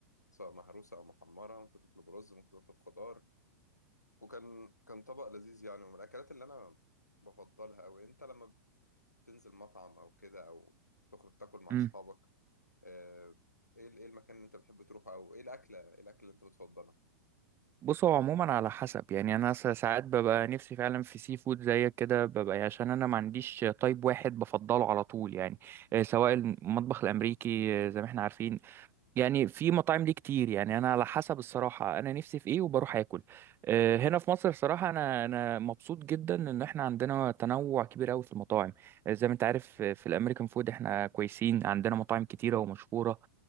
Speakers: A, on the left; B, on the right.
A: سواء مهروسة أو محمرة ممكن تطلب رز ممكن تطلب خضار وكان كان طبق لذيذ يعني ومن الأكلات اللي أنا بفضلها أوي أنت لما تنزل مطعم او كده او تخرج تاكل مع
B: امم
A: اصحابك آه، ايه ال- ايه المكان اللي انت بتحب تروحه او ايه الاكله ايه الاكله اللي انت بتفضلها
B: بص هو عموما على حسب يعني انا سا- ساعات ببقى نفسي فعلا في سي فود زيك كده ببقى عشان انا ما عنديش تايب واحد بفضله على طول يعني آه، سواء المطبخ الامريكي آه، زي ما احنا عارفين يعني في مطاعم ليه كتير يعني انا على حسب الصراحه انا نفسي في ايه وبروح اكل آه، هنا في مصر صراحه انا انا مبسوط جدا ان احنا عندنا تنوع كبير قوي في المطاعم آه، زي ما انت عارف آه، في الامريكان فود احنا كويسين عندنا مطاعم كتيره ومشهوره